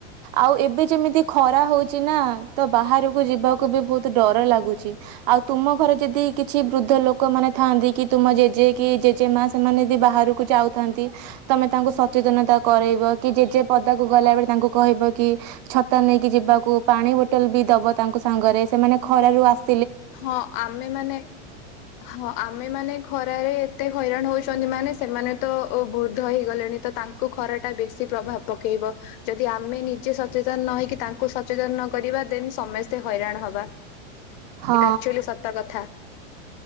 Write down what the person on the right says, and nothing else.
ଆଉ ଏବେ ଯେମିତି ଖରା ହଉଛି। ନା ତ ବାହାରକୁ ଯିବାକୁ ବି ବହୁତ ଡର ଲାଗୁଛି ଆଉ ତୁମ ଘରେ ଯଦି କିଛି ବୃଦ୍ଧ ଲୋକମାନୋନେ ଥାଆନ୍ତି କି ତୁମ ଜେଜେ କି ଜେଜେ ମା ସେମାନେ ଯଦି ବାହାରକୁ ଯାଉଥାନ୍ତି ତମେ ତାଙ୍କୁ ସଚେତନତା କରାଇବ କି ଜେଜେ ପଦାକୁ ଗଲା ବଳେ ତାଙ୍କୁ କହିବ କି ଛତା ନେଇକି ଯିବାକୁ ପାଣି ବୋଟଲ ବି ଦବ ତାଙ୍କ ସାଙ୍ଗରେ ସେମାନେ ଖରାରୁ ଆସ
ହଁ